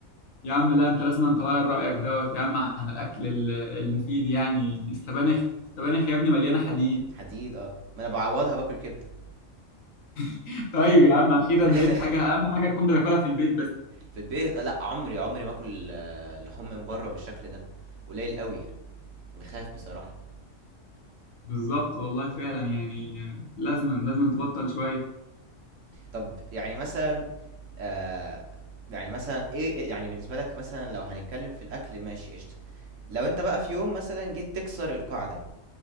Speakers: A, on the left; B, on the right.
A: يا عم لا انت لازم أن تغير رايك دوت يا عم عن الاكل ال- المفيد يعني السبانخ السبانخ يا ابني مليانه حديد
B: حديد اه ما انا بعوضها باكل كبدة
A: <laughs> طيب يا عم اخيرا
B: <laughs>
A: لقيت حاجه اهم حاجه تكون بتاكلها في البيت بس
B: في البيت آه، لا عمري عمري ما اكل آه، لحوم من بره بالشكل ده قليل قوي يعني بخاف بصراحة
A: بالظبط والله فعلا يعني لازما لازما تبطل شويه
B: طب يعني مثلا آه يعني مثلا ايه إيه- يعني بالنسبة لك مثلا لو هنتكلم في الاكل ماشي قشطة لو انت بقى في يوم مثلا جيت تكسر القاعدة